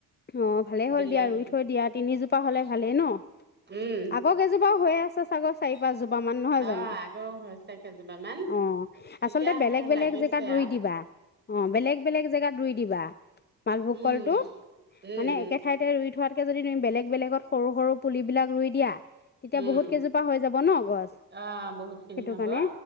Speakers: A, on the left; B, on the right.
A: অ ভালে হ'ল
B: দিলেহি
A: দিয়া ই থৈ দিয়া তিনি যু <unintelligible> পা হ'লে ভালেই ন <unintelligible>
B: উম
A: আকৌ কেইজোপাও হৈ আছে <unintelligible> চচাগৰ চাইদ <inaudible> দহ জোপা মান নহয়
B: অ',
A: জানো
B: আগৌ হৈছে কেইজোপা মান।
A: অ আচলতে
B: এতিয়া
A: বেলেগ
B: সে
A: বেলেগ
B: লাগিছে
A: জেগাত ৰুই
B: আৰু
A: দিবা অ বেলেগ বেলেগ জেগাত ৰুই দিবা মালভোগ
B: উম,
A: কলটো। <unintelligible>
B: উম,
A: মানে একে ঠাইতে ৰুই থোৱা। <unintelligible> এতিয়া যদি তুমি বেলেগ বেলেগত সৰু সৰু পুলি বিলাক ৰুই দিয়া। <unintelligible> তেতিয়া
B: উম, উম,
A: বহুত কেইজোপা হৈ যাব ন গছ তেতিয়া বহুত কেইজোপা হৈ যাব ন গছ
B: অ',
A: <unintelligible>
B: বহুত খিনি
A: সেইটো
B: হ'ব।
A: কাৰণে